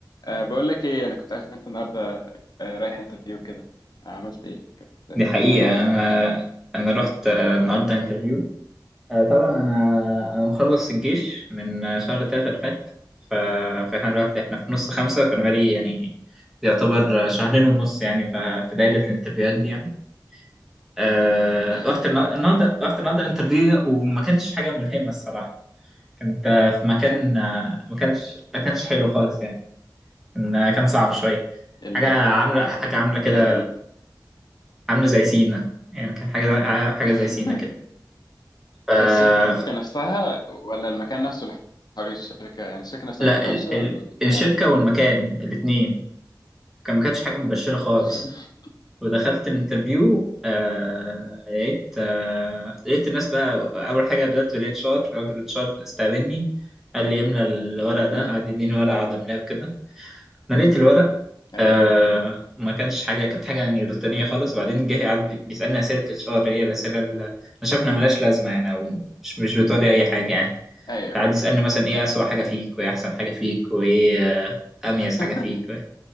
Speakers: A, on the left (about 65°); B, in the centre.
A: أه بقول لك ايه انا كنت عارف ان انت النهارده أه رايح انترفيو كده عملت ايه كانت آه،
B: دي حقيقة
A: حلوه ولا
B: أنا
A: كانت وحشة؟
B: أنا رحت آه، النهاردة انترفيو آه، طبعا أنا أنا مخلص الجيش من آه، شهر تلاتة اللي فات ف- فإحنا دلوقتي إحنا في نص خمسة فأنا بقالي يعني يعتبر آه، شهرين ونص يعني ف- في دايرة الانترفيوهات دي يعني آه،
A: <laughs>
B: رحت النا- النهاردة رحت النهاردة الانترفيو وما كانش حاجة ملهمة الصراحة كنت آه، في مكان آه، ما كانش ما كانش حلو خالص يعني كان آه، كان صعب شوية
A: ال
B: حاجة عاملة حاجة عاملة كده
A: ال ال
B: عامله زي سينا يعني كان حاجه زي حاجه
A: <laughs>
B: زي سينا كده ف...
A: الشركه
B: ف-
A: نفسها ولا المكان نفسه اللي حوالين الشركه يعني الشركه نفسها
B: لا
A: اللي كانت وحشه
B: ال... ال...
A: ولا المكان
B: الشركه والمكان الاثنين كان ما كانتش حاجه مبشره خالص
A: <laughs>
B: ودخلت الانترفيو آه... لقيت آه... لقيت الناس بقى اول حاجه بدات بالاتش ار راجل الاتش ار استقبلني قال لي املى الورق ده
A: امم
B: قعد يديني ورقه اقعد املاه وكده مليت الورق
A: ايوه
B: آه ما كانش حاجه كانت حاجه يعني روتينيه خالص بعدين جه يعدي بيسالني اسئله اتش ار هي الاسئله اللي انا شايف انها ملهاش لازمه يعني او مش مش بتوري اي حاجه يعني
A: ايوه
B: تعدي يسالني مثلا ايه اسوأ حاجه
A: ايوه
B: فيك وايه احسن حاجه فيك وايه آه، اميز
A: <laughs>
B: حاجه فيك و-